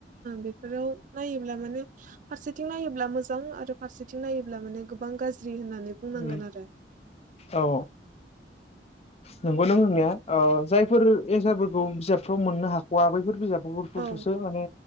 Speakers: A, on the right (about 45°); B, on the left (about 35°).
A: बेफोराव नायोब्ला माने फारसेथिं नायोब्ला मोजां आरो फारसेथिं नायोब्ला माने गोबां गाज्रि। होननानै बुंनांगोन
B: उम
A: आरो।
B: औ नंगौ नों होननाया ओ जायफोर एसारफोरखौ बिजाबफ्राव मोननो हाख'वा बैफोर बिजाब महरफोरखौसो
A: औ
B: माने